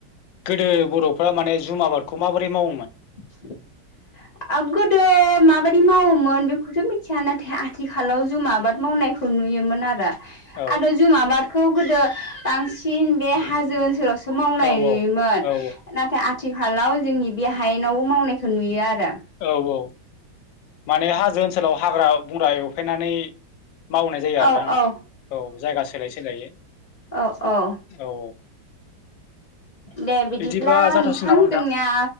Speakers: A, on the left; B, on the left.
A: गोदो बर'फ्रा माने जुम आबादखौ माबोरै मावोमोन।
B: <unintelligible> आ गोदो माबायदि मावोमोन बेखौथ मिथिया नाथाय आथिखालाव जुम आबाद मावनाय फोर नुयोमोन आरो
A: औ
B: आरो जुमा आबादखौ गोदो बांसिन बे हाजो ओनसोलावसो मावनाय
A: औ
B: नुयोमोन
A: औ
B: नाथाय आथिखालाव जोंनि बे हायेनावबो मावनायखो नुयो आरो।
A: औ औ माने हाजो ओनसोलाव हाग्रा बंग्रा एवफायनानै मावनाय जायो
B: औ
A: आरोना नोंथां
B: औ
A: औ जायगा सोलायै सोलायै
B: औ औ
A: औ औ।
B: दे बिदिब्ला
A: बिदिबा जाथ'सिगोन
B: नोंथां
A: नामा
B: जोंनिया